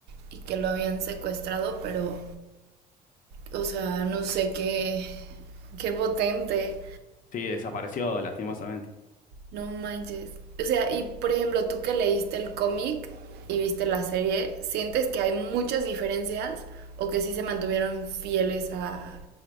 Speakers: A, on the right; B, on the left.
A: y que lo habían secuestrado, pero, o sea, no sé qué, qué potente.
B: Sí, desapareció lastimosamente.
A: No manches. O sea, y por ejemplo, tú que leíste el cómic y viste la serie, ¿sientes que hay muchas diferencias o que sí se mantuvieron fieles a,